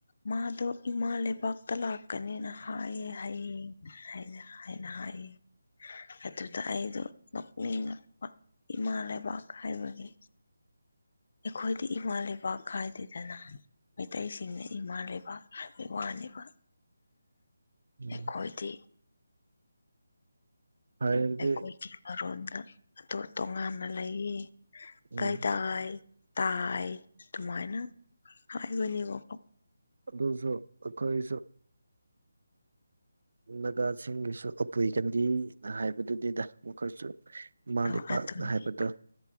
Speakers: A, on the left (about 35°); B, on the right (about 60°).
A: ꯃꯥꯗꯣ ꯏꯃꯥ ꯂꯩꯕꯥꯛꯇ ꯂꯥꯛꯀꯅꯤꯅ ꯍꯥꯏꯌꯦ ꯍꯥꯏꯌꯦ ꯍꯥꯏꯅ ꯍꯥꯏꯅ ꯍꯥꯏꯌꯦ ꯑꯗꯨꯗ ꯑꯩꯗꯣ ꯅꯣꯛꯅꯤꯡꯉꯛꯄ ꯏꯃꯥ ꯂꯩꯕꯥꯛꯀꯥ ꯍꯥꯏꯕꯒꯤ ꯑꯩꯈꯣꯏꯗꯤ ꯏꯃꯥ ꯂꯩꯕꯥꯛ ꯈꯥꯏ__ ꯗꯦꯗꯅ ꯃꯩꯇꯩꯁꯤꯡꯅ ꯏꯃꯥ ꯂꯩꯕꯥꯛ ꯍꯥꯏꯕꯩ ꯋꯥꯅꯦꯕ
B: ꯎꯝ
A: ꯑꯩꯈꯣꯏꯗꯤ
B: ꯍꯥꯏꯕꯗꯤ
A: ꯑꯩꯈꯣꯏꯒꯤ ꯃꯔꯣꯟꯗ ꯑꯗꯨ ꯇꯣꯉꯥꯟꯅ ꯂꯩꯌꯦ
B: ꯎꯝ
A: ꯀꯥꯏ ꯇꯥꯏ ꯇꯥꯏ ꯑꯗꯨꯃꯥꯏꯅ ꯍꯥꯏꯕꯅꯦꯕꯀꯣ
B: ꯑꯗꯨꯖꯨ ꯑꯩꯈꯣꯏꯁꯨ ꯅꯒꯥꯁꯤꯡꯒꯤꯁꯨ ꯑꯄꯨꯏꯒꯟꯗꯤꯅꯤꯅ ꯍꯥꯏꯕꯗꯨꯗꯤꯗ ꯃꯈꯣꯏꯁꯨ ꯏꯃꯥ
A: ꯑꯣ
B: ꯂꯩꯕꯥꯛꯅ
A: ꯑꯗꯨꯅꯤ
B: ꯍꯥꯏꯕꯗꯣ